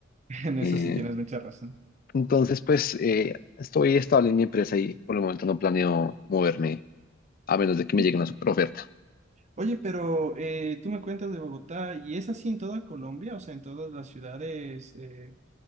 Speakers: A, on the right; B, on the left.
A: <laughs> En eso
B: Eh,
A: sí tienes mucha razón.
B: entonces, pues eh, estoy estable en mi empresa y por el momento no planeo moverme a menos de que
A: Oye,
B: me llegue una superoferta.
A: oye, pero eh, tú me cuentas de Bogotá y es así en toda Colombia, o sea, en todas las ciudades, eh,